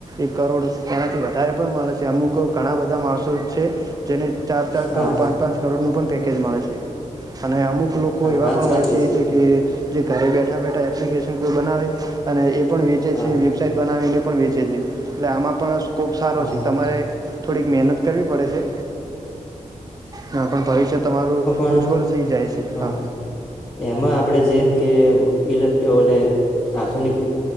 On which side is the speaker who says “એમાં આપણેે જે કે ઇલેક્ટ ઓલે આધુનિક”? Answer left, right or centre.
Left